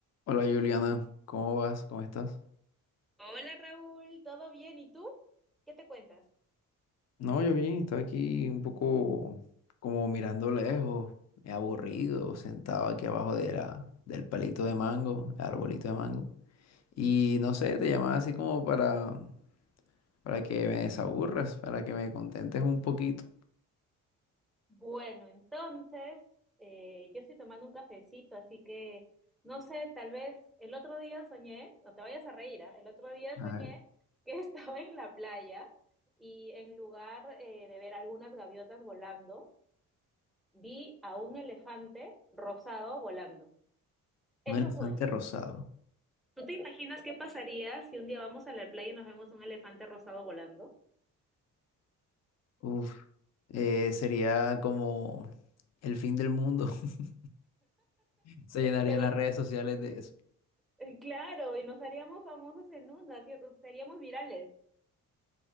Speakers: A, on the left; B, in the centre.
A: Hola Juliana, ¿cómo vas? ¿Cómo estás?
B: Hola Raúl, ¿todo bien? ¿Y tú? ¿Qué te cuentas?
A: No, yo bien, estaba aquí un poco como mirando lejos, eh, aburrido, sentado aquí abajo de la, del palito de mango, el arbolito de mango. Y no sé, te llamaba así como para, para que me desaburras, para que me contentes un poquito.
B: Bueno, entonces eh, yo estoy tomando un cafecito, así que no sé, tal vez el otro día soñé, no te vayas a reír, ¿ah? El otro día
A: A
B: soñé
A: ver,
B: que <laughs> estaba en la playa y en lugar eh, de ver algunas gaviotas volando, vi a un elefante rosado volando. Eso
A: un elefante
B: soñé.
A: rosado.
B: ¿Tú te imaginas qué pasaría si un día vamos a la playa y nos vemos un elefante rosado volando?
A: Uf, eh, sería como el fin del mundo. <laughs> Se llenarían
B: Pero
A: las redes sociales de eso.
B: Eh, Claro, y nos haríamos famosos en una, ¿cierto? Seríamos virales.